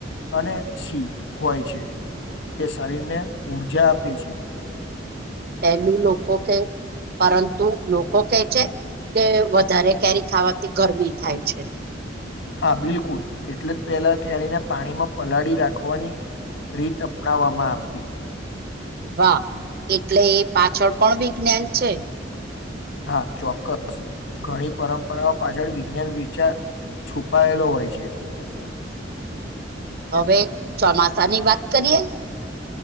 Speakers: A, on the left (about 85°); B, on the right (about 55°).
A: અને સી હોય છે તે શરીરને ઊર્જા આપે છે
B: પેલું લોકો કે પરંતુ લોકો કે છે કે વધારે કેરી ખાવાથી ગરમી થાય છે
A: હા બિલકુલ એટલે જ પેલા ક્યારેને પાણીમાં પલાળી રાખવાની રીત અપનાવવામાં આવતી
B: વાહ એટલે એ પાછળ પણ વિજ્ઞાન છે
A: હા ચોક્કસ ઘણી પરંપરાઓ પાછળ વિજ્ઞાન વિચાર છુપાયેલો હોય છે
B: હવે ચોમાસાની વાત કરીએ